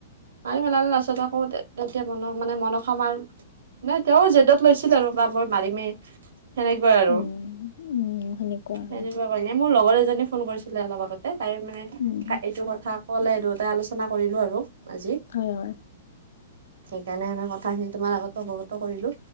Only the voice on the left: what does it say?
উম, উম, আৰু
উম,
হয়, হয়।